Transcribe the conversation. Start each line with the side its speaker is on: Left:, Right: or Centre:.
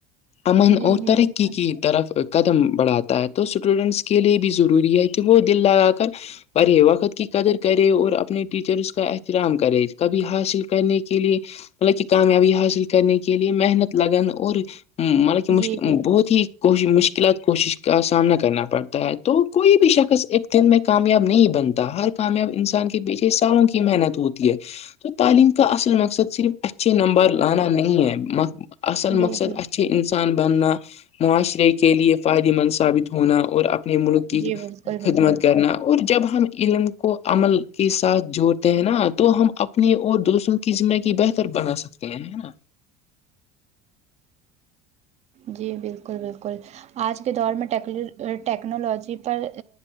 Left: امن
Right: جی
Left: اور
Right: جی
Left: ترقی
Right: بالکل
Left: کی طرف قدم بڑھاتا ہے تو اسٹوڈینٹس کے لیے بھی ضروری ہے کہ وہ دل لگا کر پڑھے وقت کی قدر کرے اور اپنے ٹیچرس کا احترام کرے کبھی حاصل کرنے کے لیے مطلب کہ کامیابی حاصل کرنے کے لیے محنت لگن اور مطلب کہ مش
Right: جی جی
Left: بہت ہی کو مشکلات کوشش کا سامنا کرنا پڑتا ہے تو کوئی بھی شخص ایک دن میں کامیاب نہیں بنتا ہر کامیاب انسان کے پیچھے سالوں کی محنت ہوتی ہے تو تعلیم کا اصل مقصد صرف اچھے نمبر لانا نہیں ہے اصل
Right: جی
Left: مقصدا
Right: جی
Left: اچھے انسان بننا معاشرے کے لیے فائدے مند ثابت ہونا اور اپنے ملک کی
Right: جی بالکل
Left: خدمت
Right: بالکل
Left: کرنا اور جب ہم علم کو عمل کے ساتھ جوڑتے ہیں نا تو ہم اپنے اور دوستوں کی زندگی بہتر بنا سکتے ہیں نا
Right: جی بالکل بالکل آج کے دور میںٹ ٹیکنالوجی پر